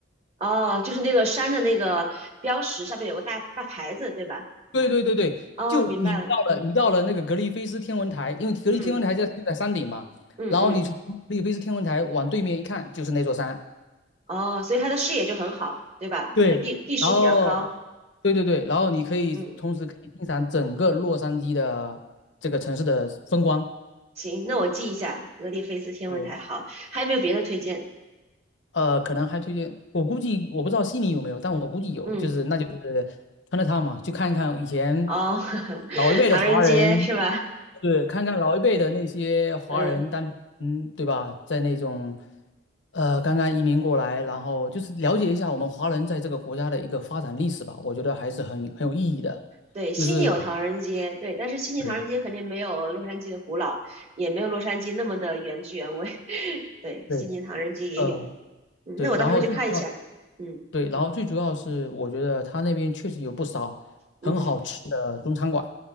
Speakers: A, on the right; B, on the left.
A: 哦，就是那个山的那个标识上面有个大大牌子，对吧？
B: 对对对对，
A: 哦，
B: 就你到了你到了那个格里菲斯天文台，
A: 明白了，
B: 因为格里菲斯天文台在就在山顶嘛，
A: 嗯嗯嗯，
B: 然后你从格里菲斯天文台往对面一看，就是那座山，
A: 哦，所以它的视野就很好，对吧？
B: 对，
A: 因为地地势比较高，
B: 然后对对对，然后你可以同时可以欣赏整个洛杉矶的这个城市的风光。
A: 嗯，行，那我记一下格里菲斯天文台，
B: 对，
A: 好，还有没有别的推荐？
B: 呃，可能还推荐，我估计我不知道悉尼有没有，但我估计有，
A: 嗯，
B: 就是那就是 c h i 嘛，去看一看以前
A: 哦，<laughs>
B: 老一辈的华人，
A: 唐人街是吧？
B: 对，看看老一辈的那些华人当，
A: <laughs> 嗯。
B: 嗯，对吧，在那种呃刚刚移民过来，然后就是了解一下我们华人在这个国家的一个发展历史吧，我觉得还是很很有意义的。
A: 对，悉尼有唐人街，
B: 就是
A: 对，但是悉尼唐人街肯定没有洛杉矶的古老，
B: 对
A: 也没有洛杉矶那么的原汁原味。<laughs> 对，
B: 对，
A: 悉尼唐人街也有，
B: 嗯，
A: 嗯，
B: 对，
A: 那我到时候去看一下。
B: 然后最主要，
A: 嗯
B: 对，然后最主要是，我觉得他那边确实有不少很好吃的中餐馆，
A: 嗯，